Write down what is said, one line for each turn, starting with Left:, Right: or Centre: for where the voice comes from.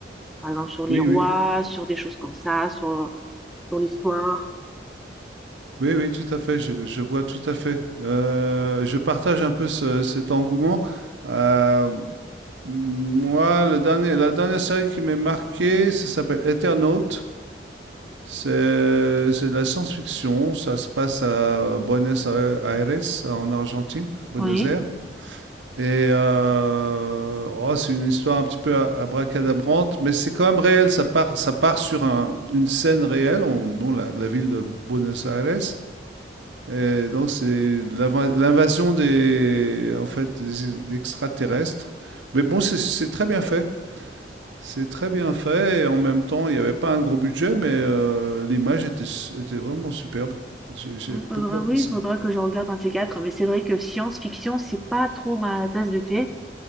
Centre: Par exemple, sur les
Right: Oui,
Centre: rois,
Right: oui.
Centre: sur des choses comme ça, sur sur l'histoire.
Right: Oui, oui, tout à fait, je, je vois tout à fait. Euh, je partage un peu ce- cet engouement. Euh, moi, le dernier, la dernière série qui m'est marquée, ça s'appelle Eternaut. C'est c'est de la science-fiction. Ça se passe à Buenos Aires, en Argentine, Buenos
Centre: Oui.
Right: Aires. Mhm. Et euh, oh, c'est une histoire un petit peu a- abracadabrante, mais c'est quand même réel. Ça part, ça part sur un- une scène réelle, on- dont la, la ville de Buenos Aires. Et donc c'est l'inva- l'invasion des, en fait, des ex- des extraterrestres. Mais bon, c'est c'est très bien fait. C'est très bien fait et en même temps, il n'y avait pas un gros budget, mais euh, l'image était, su- était vraiment superbe. J'ai j'ai
Centre: il faudra
Right: beaucoup apprécié.
Centre: oui, il faudra que je regarde un de ces quatre mais c'est vrai que science-fiction, c'est pas trop ma tasse de thé.